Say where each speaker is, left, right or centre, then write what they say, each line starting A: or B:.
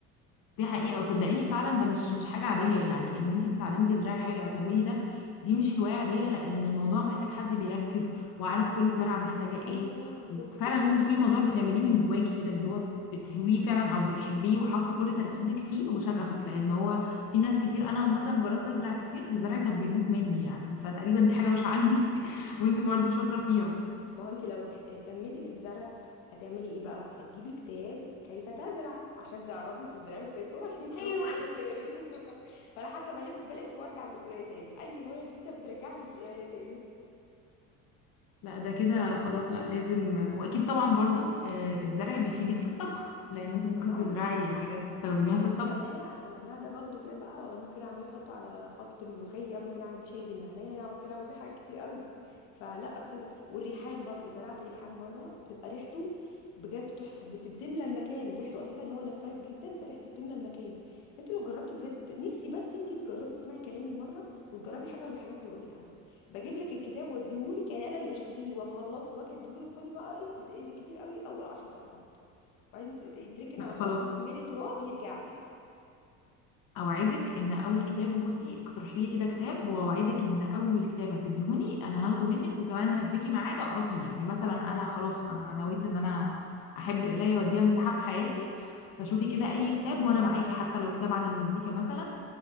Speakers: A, on the left; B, on the left.
A: دي حقيقه وصدقيني
B: جربتيه
A: فعلا ده مش مش حاجه عاديه يعني ان انت تتعلمي تزرعي حاجه او تعملي ده دي مش هوايه عاديه لان الموضوع محتاج حد بيركز وعارف كل زرعه محتاجه ايه
B: ايوه بالظبط
A: وفعلا
B: كده
A: لازم تكوني الموضوع بتعمليه من جواكي كده اللي هو بتهويه فعلا او بتحبيه وحاطه كل تركيزك فيه وشغفك لان
B: ما
A: هو
B: هو
A: في ناس كتير انا مثلا جربت ازرع كتير الزرع كان بيموت مني يعني فتقريبا دي حاجه مش عندي <laughs> وانت برضه شاطره فيها
B: ما هو انت لو ته- اهتمتي بالزرع هتعملي ايه بقى هتجيبي كتاب كيف تزرع عشان تعرفي تزرعي ازاي كويس
A: ايوه
B: فتضطري تقري <laughs> فانا حاسه بلف بلف وارجع للقرايه تاني اي هوايه جديده بترجعني للقرايه تاني
A: لا ده كده خلاص لا لازم واكيد طبعا برضو آه، الزرع بيفيدك في الطبخ لان انت ممكن
B: طبعا
A: تزرعي حاجات تستخدميها في الطبخ
B: النعناع النعناع ده باخده كده بقى ممكن اعمله احطه على خلطة الملوخية ممكن اعمل بيه شاي بالنعناع ممكن اعمل بيه حاجات كتير قوي فلا بتزهق والريحان برضو زرعت ريحان مرة بتبقى ريحته بجد تحفة بت- بتملى المكان ريحته اساسا هو نفاذ جدا فريحته بتملى المكان انت لو جربتي بجد نفسي بس انت تجربي تسمعي كلامي مرة وتجربي حاجة من الحاجات اللي بقول لك عليها بجيب لك الكتاب واديهولك يعني انا اللي بشتريه واخلصه واجي اديهولك خدي بقى اقري بتقري بالكتير قوي اول 10 صفحات بعدين ت- يتركن
A: لا
B: على
A: خلاص
B: الرف يتملي تراب يرجع لي
A: اوعدك ان اول كتاب بصي اقترحي لي كده كتاب واوعدك ان اول كتاب هتديهوني انا هاخده منك وكمان هديكي ميعاد اقرا فيه يعني مثلا انا خلاص انا نويت ان انا احب القرايه واديها مساحه في حياتي فشوفي كده اي كتاب وانا معاكي حتى لو كتاب عن المزيكا مثلا